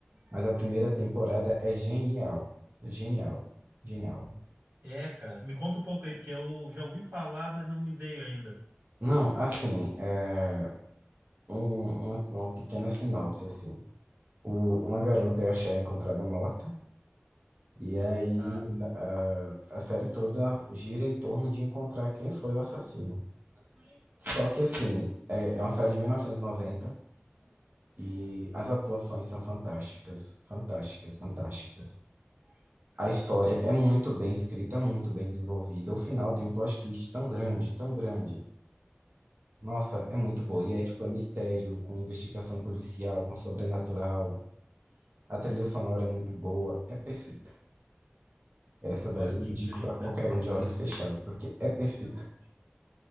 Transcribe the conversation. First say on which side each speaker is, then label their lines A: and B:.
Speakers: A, on the right; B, on the right.
A: mas a primeira temporada é genial. É Genial, genial.
B: é, cara, me conta um pouco aí, porque eu já ouvi falar, mas não me veio ainda.
A: Não, assim, é, um- uma, uma pequena sinopse, assim. O- uma garota é achar encontrada morta, e aí
B: Tá,
A: a, a série toda gira em torno de encontrar quem foi o assassino. Só que, assim, é, é uma série de 1990 e noventa e as atuações são fantásticas, fantásticas, fantásticas. A história é muito bem escrita, muito bem desenvolvida. O final tem um plot twist tão grande, tão grande. Nossa, é muito boa. E é tipo, é mistério, com investigação policial, com sobrenatural. A trilha sonora é muito boa, é perfeita. Essa daí
B: pode
A: eu indico
B: crer,
A: pra
B: cara.
A: qualquer um de olhos fechados, porque é perfeita.